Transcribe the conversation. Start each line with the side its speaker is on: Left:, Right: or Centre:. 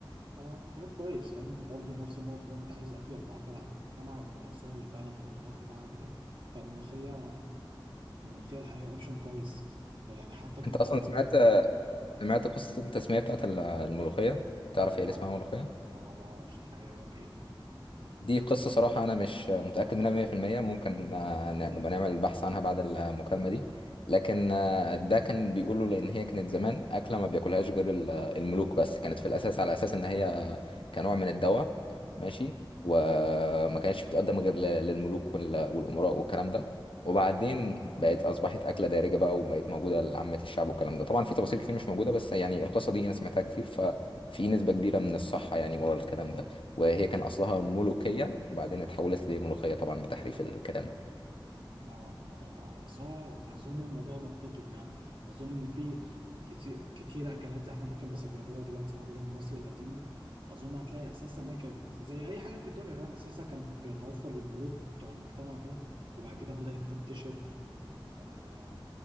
Right: اه اختيار كويس فاهم برضه نفس النقطة فاهم انت عايز أكلة بتعبر عن المجتمع وآثار البلد والتراث بتاعها كده فالملوخية الملوخية الحقيقة أوبشن كويس يعني حتى كنت
Left: انت اصلا
Right: مرة
Left: سمعت سمعت قصه التسميه بتاعت الملوخيه تعرف
Right: لا
Left: هي اللي اسمها ملوخيه
Right: ما ما أعرفش الحقيقة ليه
Left: دي قصة صراحة أنا مش متأكد منها 100% ممكن آه، ن- نبقى نعمل بحث عنها بعد المكالمة دي لكن آه، ده كان بيقوله لأن هي كانت زمان أكلة ما بياكلهاش غير ال- الملوك بس كانت في الأساس على أساس إن هي كنوع من الدواء ماشي وما كانتش بتقدم غير ل- للملوك وال- والأمراء والكلام ده وبعدين بقت أصبحت أكلة دارجة بقى وبقت موجودة لعامة الشعب والكلام ده طبعا في تفاصيل كتير مش موجودة بس يعني القصة دي أنا سمعتها كتير ففي نسبة كبيرة من الصحة يعني ورا الكلام ده وهي كان أصلها ملوكية وبعدين اتحولت لملوخية طبعا بتحريف الكلام
Right: الله يعرف في الموضوع ده بس هو اظن الموضوع منطقي فاهم اظن ان في كتير كتير اكلات احنا ممكن مثلا بناكلها دلوقتي موجوده من مصر القديمه اظن هتلاقي اساسا انها كانت زي اي حاجه في الدنيا فاهم اساسا كان بيتوفر للملوك بتوع المجتمع وكده وبعد كده بدات تنتشر آه،